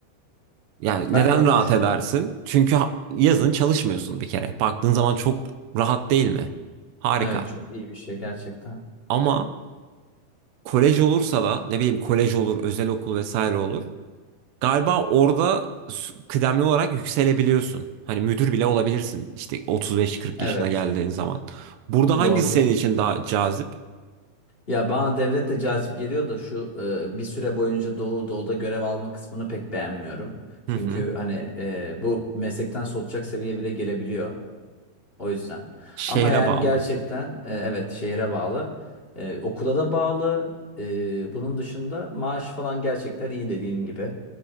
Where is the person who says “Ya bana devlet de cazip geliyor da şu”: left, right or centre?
Left